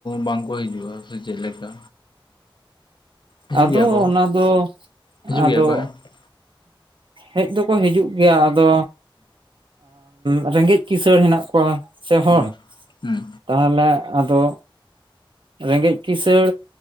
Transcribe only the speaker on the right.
ᱟᱫᱚ
ᱚᱱᱟᱫᱚ
ᱟᱫᱚ
ᱦᱮᱡ ᱫᱚᱠᱚ ᱦᱤᱡᱩᱜ ᱜᱮᱭᱟ, ᱟᱫᱚ ᱟᱨ ᱨᱮᱸᱜᱮᱡ ᱠᱤᱥᱟᱹᱬ ᱦᱮᱱᱟᱜ ᱠᱚᱣᱟ ᱥᱮ ᱦᱚᱲ᱾
ᱛᱟᱦᱚᱞᱮ ᱟᱫᱚ ᱨᱮᱸᱜᱮᱡ ᱠᱤᱥᱟᱹᱲ